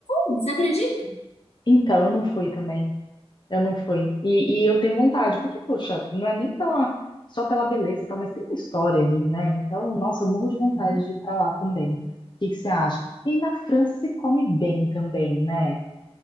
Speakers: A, on the left; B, on the left.
A: fui, você acredita?
B: então eu não fui também, eu não fui. E, e eu tenho vontade, porque, poxa, não é nem pela, só pela beleza, tá, mas tem uma história ali, né? Então, nossa, eu morro de vontade
A: Uhum.
B: de ir para lá também. O que que você acha? E na França se come bem também, né?